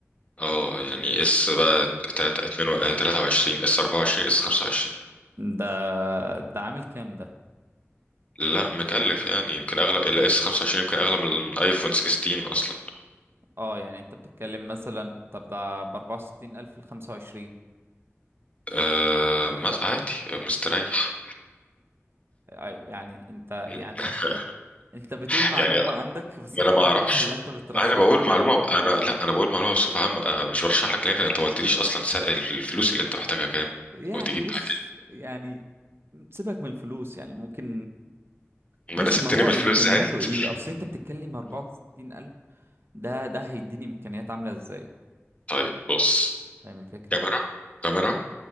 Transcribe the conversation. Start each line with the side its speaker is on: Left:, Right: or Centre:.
Left: اه يعني اس بقى تلاتة اتنين و- آه، تلاتة وعشرين اس اربعة وعشرين اس خمسة وعشرين
Right: ده ده عامل كام ده
Left: لا مكلف يعني يمكن اغلى الاس خمسة وعشرين يمكن اغلى من الايفون 16 اصلا
Right: اه يعني انت بتتكلم مثلا طب ده ب 64000 الف ل 25
Left: أه ما عادي مستريح
Right: ايوه يعني انت
Left: <laughs>
Right: يعني مش فاهم انت بتقول معلومة
Left: يعني
Right: عندك بصفة
Left: ما انا ما
Right: عامة
Left: اعرفش
Right: ولا انت بترشح
Left: انا بقول
Right: لي
Left: معلومه انا لا انا بقول معلومه بصفه عامه أنا مش برشح لك لكن انت ما قلتليش اصلا سا- الفلوس اللي انت محتاجها كام
Right: يعني
Left: وتجيب
Right: بص
Left: حاجه
Right: يعني سيبك من الفلوس يعني ممكن ماشي
Left: ما انا سبتني
Right: ما هو
Left: من
Right: امكانياته
Left: الفلوس زعلت
Right: ايه اصل انت بتتكلم 64000 الف ده ده هيديني امكانيات عاملة ازاي
Left: طيب بص
Right: فاهم الفكرة
Left: كاميرا كاميرا